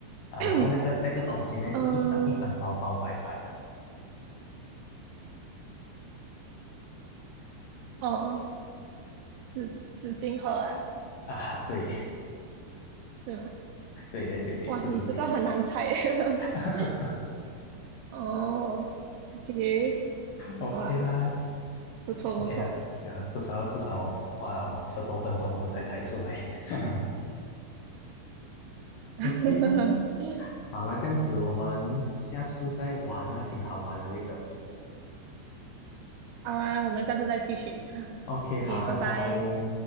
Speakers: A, on the left; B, on the right.
A: 啊，
B: <clears throat>
A: 然后那个那个东西呢，是一张一张薄薄白白的
B: 嗯，哦，纸纸巾盒啊，
A: 啊，对
B: 是吗？
A: <laughs> 对对对对，
B: 哇，
A: 是纸巾盒。
B: 你这个很难猜耶。
A: <laughs>
B: <laughs> 哦，OK，
A: OK
B: 好吧，
A: 啦
B: 不错不错。
A: ，OK 啦，呀，不错道至少花了十多分钟我们才猜出来。<laughs>
B: <laughs>
A: OK 啦，好啦，这样子我们下次再玩啊，挺好玩的这个。
B: 好啊，我们下次再继续。
A: OK，好，
B: o
A: 拜拜。
B: 拜拜。